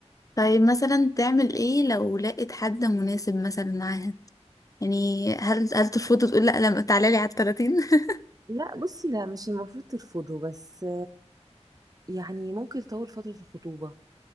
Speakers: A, on the left; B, on the right.
A: طيب مثلا تعمل ايه لو لقيت حد مناسب مثلا معاها يعني هل هل ترفض وتقول لا لما تعالى لي على ال 30 <laughs>
B: لا بصي لا مش المفروض ترفضه بس يعني ممكن تطول فترة الخطوبة